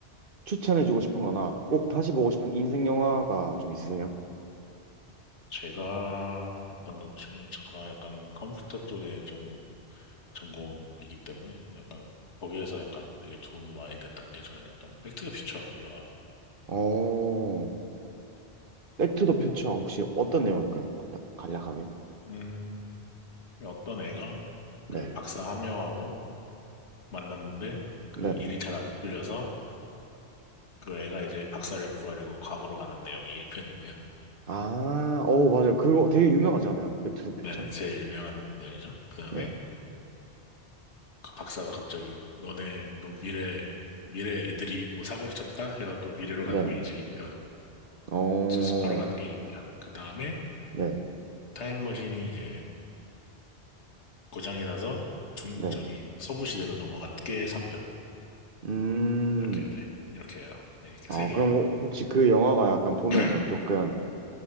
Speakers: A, on the right (about 55°); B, on the left (about 80°).
A: 추천해주고 싶은 거나 꼭 다시 보고 싶은 인생 영화가 좀 있으세요?
B: 제가 했던 것 중에 제가 약간 컴퓨터 쪽에 좀 전공이기 때문에 약간 거기에서 약간 되게 도움이 많이 됐던 게 저는 약간 백투더퓨처 영화.
A: 어, 백투 더 퓨처 혹시 어떤 내용일까요? 간단, 간략하게.
B: 음, 음, 어떤 애가
A: 네.
B: 그 박사 한 명하고 만났는데 그
A: 네네.
B: 일이 잘 안 풀려서 그 애가 이제 박사를 구하려고 과거로 가는 내용이 1편이고요.
A: 아, 오 맞아요. 그거 되게 유명하지 않아요? 백투 더 퓨처?
B: 네네, 제일 유명한 내용이죠. 그 다음에
A: 네.
B: 그 박사가 갑자기 너네 뭐 미래, 미래 애들이 뭐 사고를 쳤다? 해갖고 미래로
A: 네네.
B: 가는 게 이제 이편
A: 어,
B: 수습하러 가는 게 2편. 그 다음에
A: 네.
B: 타임머신이 이제 고장이 나서 중,
A: 네.
B: 저기 서부시대로 넘어간 게 3편.
A: 음,
B: 이렇게, 네. 이렇게 해요. 네, 이렇게
A: 어,
B: 세개예요
A: 그럼 혹- 혹시 그 영화가 약간 보면서
B: <clears throat>
A: 조금